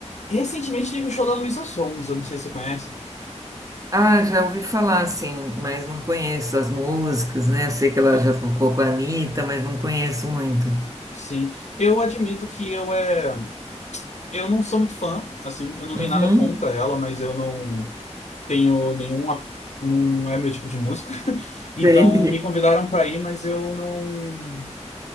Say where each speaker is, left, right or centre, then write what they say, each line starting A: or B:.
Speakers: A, on the left; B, on the right.
A: Recentemente teve o show da Luísa Sons, eu não sei se você conhece.
B: Ah, já ouvi falar, sim, mas não conheço as músicas, né? Eu sei que ela
A: É,
B: já tocou com a Anitta, mas não conheço muito.
A: Sim, eu admito que eu é, eu não sou muito fã, assim, eu não
B: Uhum.
A: tenho nada contra ela, mas eu não tenho nenhuma, não é meu tipo de música. <laughs> Então
B: Sei.
A: me convidaram para ir, mas eu não